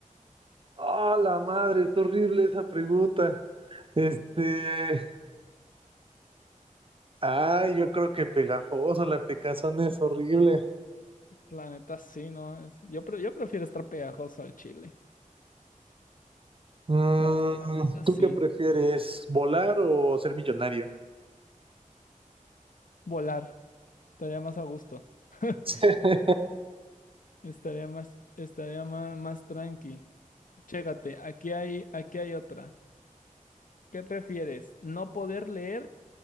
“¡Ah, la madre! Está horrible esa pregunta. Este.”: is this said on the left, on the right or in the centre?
Right